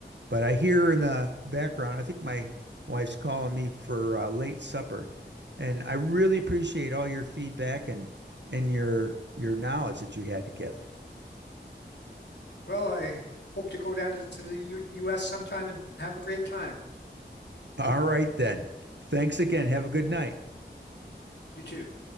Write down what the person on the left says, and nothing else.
Well, I hope to go down to, to the U US sometime and have a great time.
You too.